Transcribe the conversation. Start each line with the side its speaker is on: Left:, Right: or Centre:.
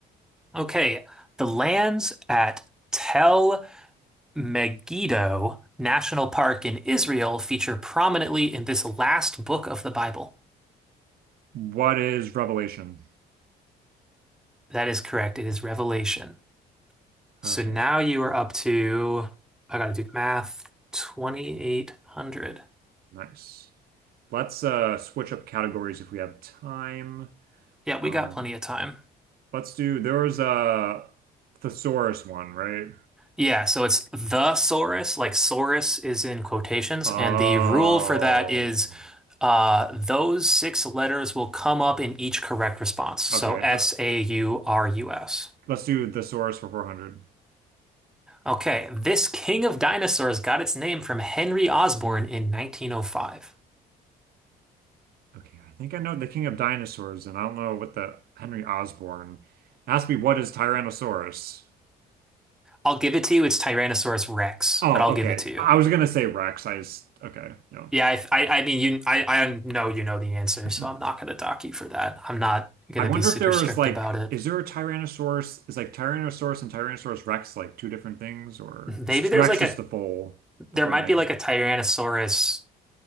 Centre: Okay, the lands at Tel Megiddo National Park in Israel feature prominently in this last book of the Bible.
Right: What is Revelation?
Centre: That is correct. It is Revelation. So
Right: Okay,
Centre: now you are up to, I gotta do math, 2,800.
Right: nice. Let's uh switch up categories if we have time.
Centre: Yeah, we
Right: Um,
Centre: got plenty of time.
Right: let's do there was a thesaurus one, right?
Centre: Yeah, so it's the Saurus, like Saurus is in quotations,
Right: Oh,
Centre: and the rule for that is uh, those six letters will come up in each correct response. So
Right: okay.
Centre: S
Right: Let's
Centre: A U R U S.
Right: let's do thesaurus for 400.
Centre: Okay, this king of dinosaurs got its name from Henry Osborn in 1905.
Right: Okay, I think I know the King of Dinosaurs, and I don't know what the Henry Osborn. Ask me what is Tyrannosaurus?
Centre: I'll give it to you, it's Tyrannosaurus Rex,
Right: Oh,
Centre: but I'll give
Right: okay.
Centre: it to you.
Right: I I was gonna say Rex. I just okay, no.
Centre: Yeah, I, I, I mean, you, I, I know you know the answer,
Right: <laughs>
Centre: so I'm not gonna dock you for that. I'm not gonna
Right: I wonder
Centre: be super
Right: if there
Centre: strict
Right: was like,
Centre: about it.
Right: is there a Tyrannosaurus? Is like Tyrannosaurus and Tyrannosaurus Rex like two different things, or
Centre: Maybe
Right: is
Centre: there's
Right: Rex
Centre: like
Right: just
Centre: a,
Right: the full
Centre: there
Right: the full
Centre: might
Right: name?
Centre: be like a Tyrannosaurus